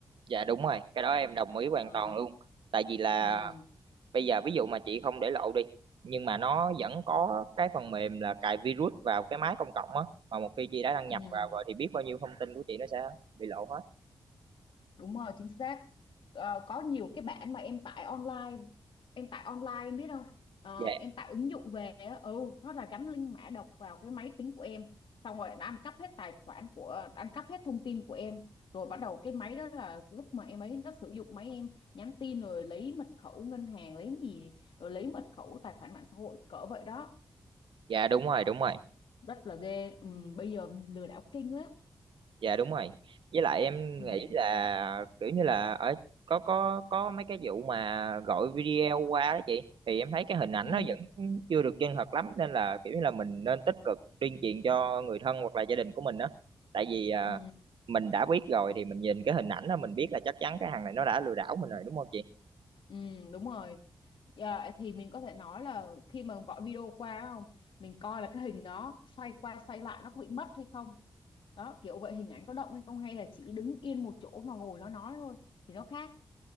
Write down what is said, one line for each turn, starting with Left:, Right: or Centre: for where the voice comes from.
Right: dạ đúng rồi cái đó em đồng ý hoàn
Left: Ờ,
Right: toàn luôn tại vì là
Left: ừ,
Right: bây giờ ví dụ mà chị không để lộ đi nhưng mà nó vẫn có cái phần mềm là cài virus vào cái máy công cộng á mà một khi chị đã đăng
Left: ừ.
Right: nhập vào rồi thì biết bao nhiêu thông tin của chị nó sẽ bị lộ hết
Left: đúng rồi chính xác Ờ, có nhiều cái bản mà em tải online em tải online em biết không Ờ,
Right: dạ
Left: em tải ứng dụng về á, ừ nó là gắn link mã độc vào cái máy tính của em xong rồi nó ăn cắp hết tài khoản của ăn cắp hết thông tin của em rồi bắt đầu cái máy đó là lúc mà em ấy nó sử dụng máy em nhắn tin rồi lấy mật khẩu ngân hàng lấy gì rồi lấy mật khẩu tài khoản mạng xã hội cỡ vậy đó
Right: dạ đúng rồi đúng rồi
Left: rất là ghê ừ, bây giờ lừa đảo kinh lắm
Right: dạ đúng rồi với lại em
Left: ừ,
Right: nghĩ là kiểu như là ở có có có mấy cái vụ mà gọi video qua đó chị thì em thấy cái hình ảnh
Left: ừ,
Right: nó vẫn chưa được chân thật lắm nên là kiểu như là mình nên tích cực tuyên truyền cho người thân hoặc là gia đình của mình đó tại vì à,
Left: ừ.
Right: mình đã biết rồi thì mình nhìn cái hình ảnh đó mình biết là chắc chắn cái thằng này nó đã lừa đảo mình rồi đúng không chị
Left: Ừ, đúng rồi. Dạ, thì mình có thể nói là khi mà gọi video qua không, mình coi là cái hình đó xoay qua xoay lại nó có bị mất hay không. Đó, kiểu vậy hình ảnh có động hay không hay là chỉ đứng yên một chỗ mà ngồi nó nói thôi thì nó khác.